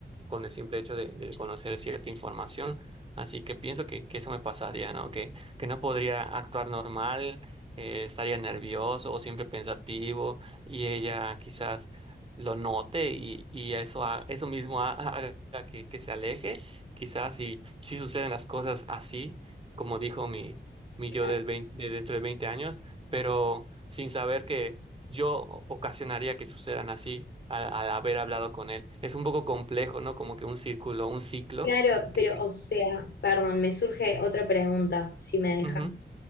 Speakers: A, on the right; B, on the left.
A: con el simple hecho de, de conocer cierta información. Así que pienso que, que eso me pasaría, ¿no? Que, que no podría actuar normal, eh, estaría nervioso o siempre pensativo y ella quizás lo note y, y eso, ha- eso mismo ha- <laughs> haga que, que se aleje. Quizás si, si suceden las cosas así, como dijo mi, mi
B: claro,
A: yo del 20 de dentro de 20 años, pero sin saber que yo ocasionaría que sucedan así al, al haber hablado con él. Es un poco complejo, ¿no? Como que un círculo, un ciclo.
B: claro,
A: Que...
B: pero o sea, perdón, me surge otra pregunta, si me dejas.
A: Ujú,